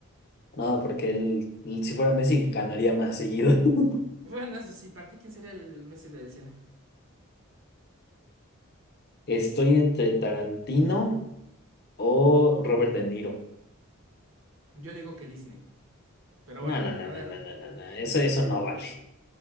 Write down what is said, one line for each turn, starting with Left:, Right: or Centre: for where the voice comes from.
Left: No, porque él, él, si fuera Messi, ganaría más seguido. <laughs>
Right: Bueno, eso sí, ¿para ti quién sería el Messi del cine?
Left: Estoy entre Tarantino o Robert De Niro.
Right: Yo digo que Disney. Pero
Left: No,
Right: bueno,
Left: no, no,
Right: a
Left: no,
Right: ver.
Left: no, no, no, no. Eso, eso no vale.